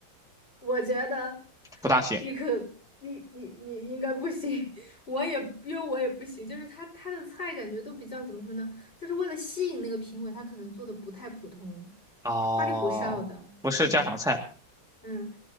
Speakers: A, on the left (about 30°); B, in the centre.
A: 我觉得
B: 不大行。
A: 你可你你你应该不行，<laughs> 我也因为我也不行，就是他他的菜感觉都比较怎么说呢，就是为了吸引那个评委，他可能做的不太普通，
B: 哦，
A: 花里胡哨的，
B: 不是家常菜。
A: 嗯嗯。